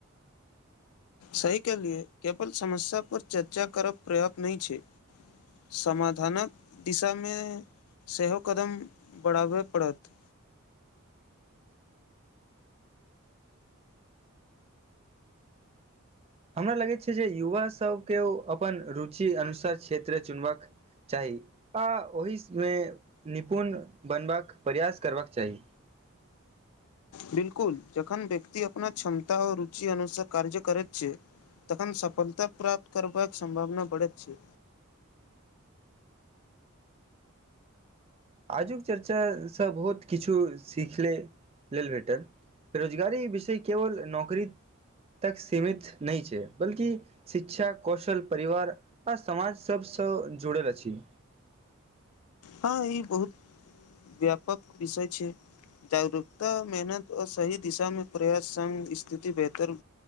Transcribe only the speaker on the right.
हमरा लगैत छै जे युवा सभकेओ अपन रुचि अनुसार क्षेत्र चुनबाक चाही आ ओहिसमे निपुण बनबाक प्रयास करबाक चाही।
आजुक चर्चासँ बहुत किछु सीखले लेल भेटल। बेरोजगारी विषय केवल नौकरी तक सीमित नहि छै बल्कि शिक्षा, कौशल, परिवार आ समाज सभसँ जुड़ल अछि।